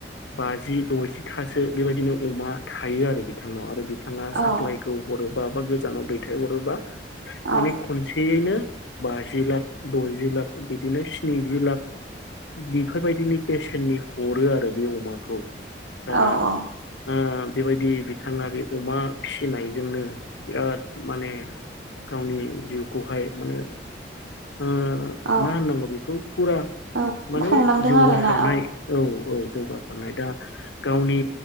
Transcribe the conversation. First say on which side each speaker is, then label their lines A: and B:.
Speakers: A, on the left; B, on the right.
A: बाजि द'जिथासो बेबायदिनो अमा थायो आरो बिथांनाव आरो बिथाङा
B: औ
A: साप्लाायखौ हरोबा बा गोजानाव दैथायहरोबा
B: औ
A: माने खनसेयैनो बाजि लाख द'जि लाख बिदिनो स्निजि लाख बेफोरबायदिनो बेसेननि हरो आरो बे अमाखौ दा
B: औ औ।
A: ओ बेबायदि बिथाङा बे अमा फिसिनायजोंनो बिराद माने गावनि जिउखौहाय माने ओ
B: औ
A: होननांगौ बेखौ फुरा
B: औ
A: माने
B: खुंलांदों
A: जौगासारनाय
B: आरोना
A: औ औ जौगार दा गावनि